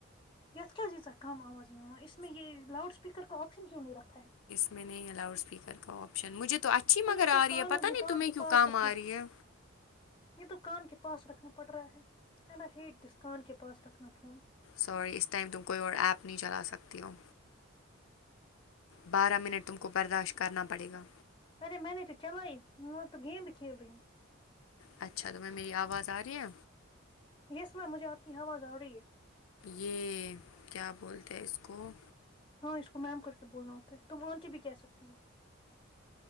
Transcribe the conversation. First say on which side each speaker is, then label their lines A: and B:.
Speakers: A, on the left; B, on the left.
A: <unintelligible> کم آوازی اس میں یہ لؤڈ اسپیکر کا آپشن کیوں نہیں رکھا ہے
B: میں نے نہیں لاؤڈ اسپیکر کا آپشن مجھے تو اچھی مگر
A: یہ کیا
B: آ رہی
A: کانوں
B: ہے پتہ نہیں
A: کان
B: تمہیں
A: کے
B: کیوں
A: پاس
B: کم
A: رکھنے
B: آ رہی ہے
A: یہ تو کان کے پاس رکھنا پڑ رہا ہے اینڈ آئی ہیٹ دس کان کے پاس رکھنا فون
B: سوری اس ٹائم تم کوئی اور ایپ نہیں چلا سکتی ہو بارہ منٹ تم کو برداشت کرنا پڑے گا
A: ارے میں نے نہیں تو چلائیے میں نے تو گیم بھی کھیل رہی ہوں
B: اچھا تو تمہیں میری آواز آ رہی ہے
A: یس میم مجھے آپ کی آواز آ رہی ہے
B: یہ کیا بولتے ہیں اس کو
A: ہاں اس کو میم کر کے بولنا ہوتا ہے تم آنٹی بھی کہہ سکتی ہو